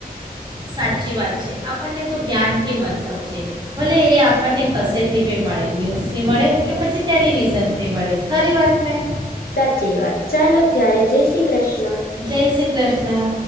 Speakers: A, on the right (about 25°); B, on the left (about 70°).
A: સાચી વાત છે આપણને તો જ્ઞાનથી મતલબ છે ભલે એ આપણને કશેથી બી મળે ન્યૂઝથી મળે કે પછી ટેલિવિઝનથી મળે ખરી વાત મેં
B: સાચી વાત ચાલો ત્યારે જય શ્રી કૃષ્ણ
A: જય શ્રી કૃષ્ણ